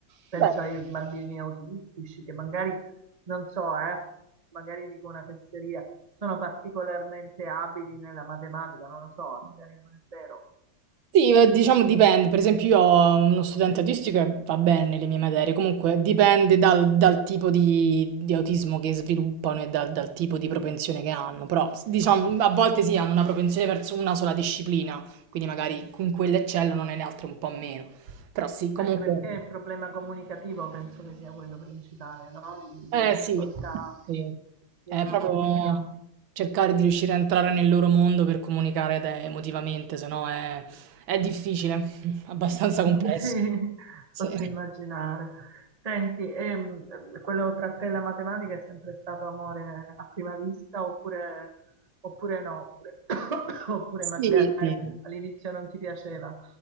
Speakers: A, on the right (about 30°); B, on the right (about 85°).
A: Penso
B: Beh,
A: ai bambini autistici che magari, non so, eh, magari dico una fesseria, sono particolarmente abili nella matematica, non lo so, magari non è vero,
B: Sì, eh, diciamo dipende, per esempio io ho uno studente autistico e va bene nelle mie materie, comunque dipende dal, dal tipo di, di autismo che sviluppano e dal, dal tipo di propensione che hanno, però s- diciamo a volte sì hanno una propensione verso una sola disciplina, quindi magari in quella eccellono, nelle altre un po' meno, però sì, comunque...
A: Anche perché il problema comunicativo penso che sia quello principale, no? Di, di
B: Eh
A: difficoltà,
B: sì, sì.
A: di
B: È
A: difficoltà.
B: proprio cercare di riuscire a entrare nel loro mondo per comunicare te- emotivamente, se no è, è difficile, <laughs> abbastanza complesso.
A: <laughs> Sì,
B: Sì.
A: posso immaginare. Senti, ehm, quello tra te e la matematica è sempre stato amore a prima vista oppure, oppure no? Oppure, <coughs> oppure magari
B: Sì, sì.
A: all'inizio non ti piaceva